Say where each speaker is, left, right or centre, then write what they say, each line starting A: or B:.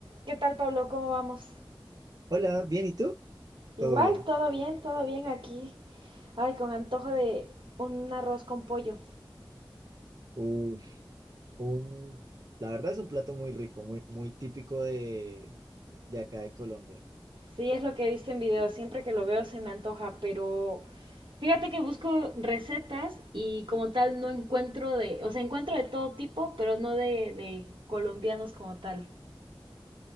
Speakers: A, on the right; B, on the right.
A: ¿Qué tal, Pablo? ¿Cómo vamos?
B: Hola, ¿bien y tú?
A: Igual,
B: Todo bien.
A: todo bien, todo bien aquí. Ay, con antojo de un arroz con pollo.
B: Uf, un- La verdad es un plato muy rico, muy, muy típico de, de acá de Colombia.
A: Sí, es lo que he visto en videos. Siempre que lo veo se me antoja, pero fíjate que busco recetas y como tal no encuentro de, o sea, encuentro de todo tipo, pero no de, de colombianos como tal.